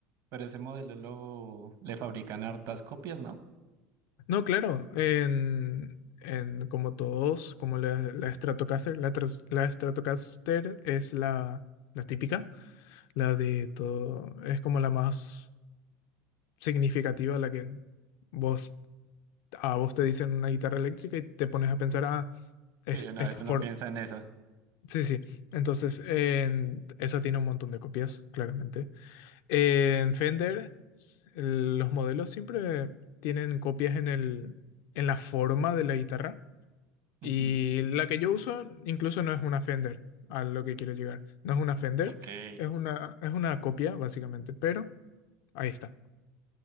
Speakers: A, on the right (about 60°); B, on the left (about 70°).
A: Pero ese modelo lo, le fabrican hartas copias, ¿no?
B: No, claro, en, en como todos, como la, la Stratocaster, la, tras- la Stratocaster es la, la típica, la de todo, es como la más significativa, la que vos, a vos te dicen una guitarra eléctrica y te pones a pensar, ah, es
A: Sí, una
B: esta
A: vez uno
B: forma.
A: piensa en esa.
B: Sí, sí, entonces en, esa tiene un montón de copias, claramente. En Fender, s- el- los modelos siempre tienen copias en el, en la forma de la guitarra. Y
A: Ujú.
B: la que yo uso incluso no es una Fender, a lo que quiero llegar. No es una Fender,
A: Ok.
B: es una, es una copia, básicamente, pero ahí está.